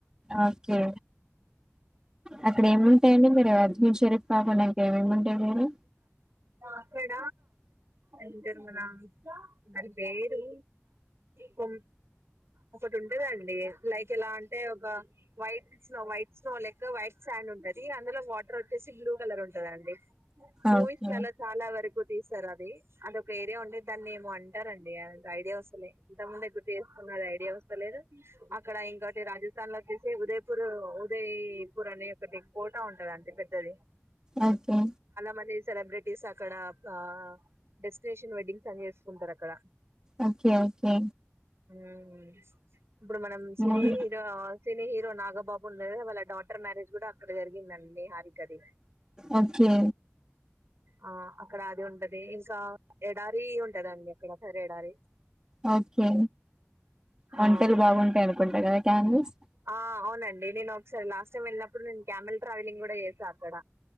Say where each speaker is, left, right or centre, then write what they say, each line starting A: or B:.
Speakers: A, on the right; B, on the right.
A: ఓకే అక్కడ ఏముంటాయండి మీరు అజ్మీర్ షరీఫ్ కాకుండా ఇంకా ఏమి ఏమి ఉంటాయి మీరు
B: అక్కడ అంటారు మన దాని పేరు కొ ఒక్కటి ఉంటదండి లైక్ ఎలా అంటే ఒక వైట్ స్నో వైట్ స్నో లెక్క వైట్ శాండ్ ఉంటది అందులో వాట్ టర్ వచ్చేసి బ్లూ కలర్ ఉంటాదండి మూవీస్
A: ఓకే
B: లల్లా చాలా వరకు తీస్తారు అది అదొక ఏరియా ఉండే దాన్ని ఏమో అంటారండీ ఐడియా వస్తలే ఇంతకు ముందు దగ్గర తీసుకున్నది ఐడియా వస్తలేదు అక్కడ ఇంకోటి రాజస్థాన్ లో వచ్చేసి ఉదయ్పూర్ ఉదయ్ పూర్ అనే ది ఒక్క కోట ఉంటాదండి పెద్ద పెద్దది
A: ఓకే
B: మంది సెలబ్రిటీస్ అక్కడ ఆ డెస్టినేషన్ వెడ్డింగ్స్ అని చేసుకుంటారు అక్కడ
A: ఓకే ఓకే
B: ఉమ్ ఇప్పుడు మనం cine
A: movie
B: hero cine hero Nagababu ఉన్నది వాళ్ళ డాటర్ మ్యారేజ్ కూడా అక్కడే జరిగిందండి ఇంక కది
A: ఓకే
B: ఆ అక్కడ అది ఉంటది ఇంకా ఎడారి ఉంటదండి అక్కడ తరి ఎడారి
A: ఓకే వంటలు
B: ఆ
A: బాగుంటాయి అనుకుంటా కదా క్యామిస్
B: ఆ అవునండి నేను ఒక్కసారి లాస్ట్ టైం వెళ్ళినప్పుడు నేను క్యామెల్ ట్రావెలింగ్ కూడా చేసా అక్కడ